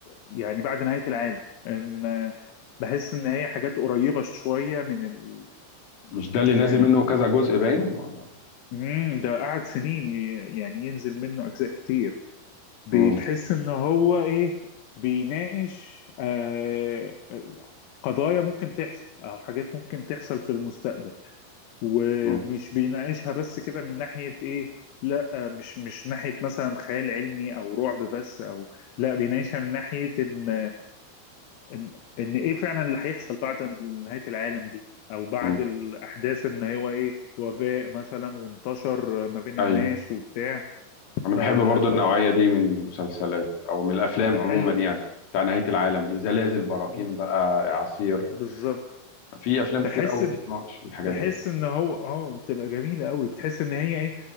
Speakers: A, on the left (about 85°); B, on the left (about 70°).
A: يعني بعد نهاية العالم إن آه، بحس إن هي حاجات قريبة شوية من ال...
B: مش ده اللي
A: يعني
B: نازل منه كذا جزء باين ولا
A: مم ده قعد سنين ي- يعني ينزل منه أجزاء كتير بتحس
B: مم.
A: إن هو إيه بيناقش آه قضايا ممكن تحصل او حاجات ممكن تحصل في المستقبل ومش
B: مم.
A: بيناقشها بس كده من ناحية ايه لا مش مش ناحية مثلا خيال علمي او رعب بس او لا بيناقشها من ناحية ان ان ان ايه فعلا اللي هيحصل بعد نهاية العالم دي او بعد
B: مم.
A: الاحداث ان هو ايه وباء مثلا وانتشر ما بين
B: ايوه
A: الناس وبتاع
B: انا
A: فطب
B: بحب برضو النوعيه دي من المسلسلات او من الافلام
A: بتبقى
B: عموما
A: حلو
B: يعني بتاع نهايه العالم دي زلازل براكين
A: مم،
B: بقى اعاصير
A: بالظبط
B: في افلام
A: بحس
B: كتير قوي
A: ان
B: بتناقش الحاجات
A: بحس
B: دي
A: ان هو اه بتبقى جميله قوي بتحس ان هي ايه